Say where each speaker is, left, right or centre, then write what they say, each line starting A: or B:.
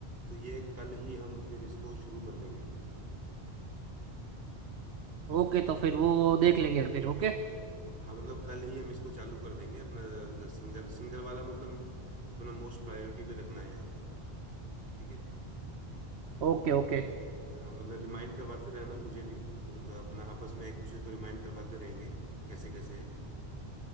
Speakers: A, on the right (about 65°); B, on the right (about 80°).
A: तो ये कल ही हम फिर इसको शुरू कर देंगे
B: ओके तो फिर वो देख लेंगे फिर ओके
A: हाँ मतलब कल ही हम इसको चालू कर देंगे अपना सिंगर सिंगर वाला मतलब अपना मोस्ट प्रायोरिटी पे रखना है यार ठीक है
B: Okay okay
A: हाँ, मतलब रिमाइंड करवाते रहना मुझे भी और अपना आपस में एक दूसरे को रिमाइंड करवाते रहेंगे कैसे कैसे है